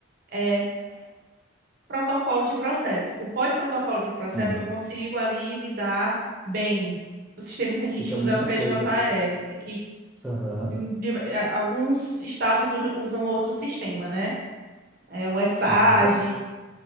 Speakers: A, on the right; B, in the centre.
A: eh, pré-protocolo de processo. O pós-protocolo de processo
B: sim.
A: eu consigo ali lidar bem. O sistema que a gente
B: Fica
A: usa
B: muita
A: é o PJE,
B: coisa.
A: que
B: Aham,
A: em diver- eh, alguns estados u- usam outro sistema, né? É, o ESAG,
B: uhum, ah,